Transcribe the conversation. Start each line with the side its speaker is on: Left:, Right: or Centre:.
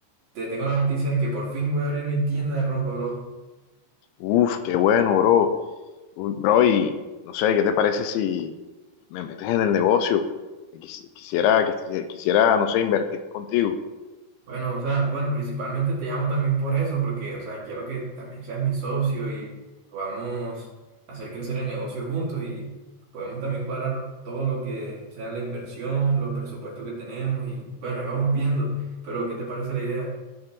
Right: te tengo la noticia de que por fin voy a abrir mi tienda de ropa, bro.
Left: Uf, qué bueno, bro. Uh, Bro, y no sé, ¿qué te parece si me metes en el negocio? Quis- Quisiera, quis- quisiera, no sé, invertir contigo.
Right: Bueno, o sea, bueno, principalmente te llamo también por eso, porque, o sea, quiero que también seas mi socio y podamos hacer crecer el negocio juntos y podemos también cuadrar todo lo que sea la inversión, los presupuestos que tenemos y, bueno, ahí vamos viendo, pero ¿qué te parece la idea?